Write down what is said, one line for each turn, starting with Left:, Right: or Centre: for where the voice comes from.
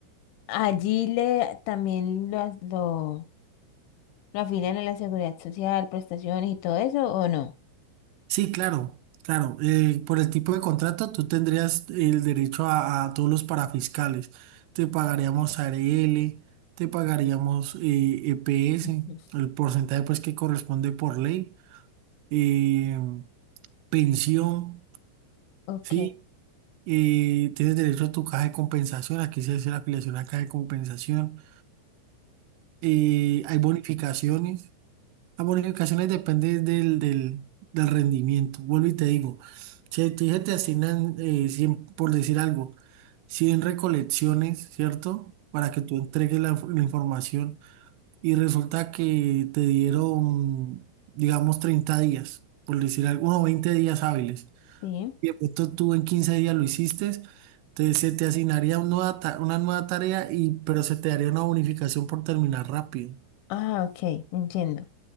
Left: allí le también lo, as- lo, lo afilian a la seguridad social, prestaciones y todo eso, ¿o no?
Right: Sí, claro, claro. Eh, por el tipo de contrato, tú tendrías el derecho a, a todos los parafiscales. Te pagaríamos a R L te pagaríamos eh, E P S
Left: Ujú.
Right: el porcentaje pues que corresponde por ley, eh, pensión,
Left: Ok,
Right: ¿sí? Eh, tienes derecho a tu caja de compensación, aquí se hace la afiliación a caja de compensación. Eh, hay bonificaciones. Las bonificaciones dependen del, del, del rendimiento. Vuelvo y te digo, si te, dije, te asignan, eh, 100, por decir algo, 100 recolecciones, ¿cierto? Para que tú entregues la, inf- la información y resulta que te dieron, digamos, 30 días, por decir algo, o 20 días hábiles.
Left: sí.
Right: Y de pronto tú en 15 días lo hiciste, entonces se te asignaría una nueva, ta- una nueva tarea, y, pero se te daría una bonificación por terminar rápido.
Left: Ah, ok, entiendo.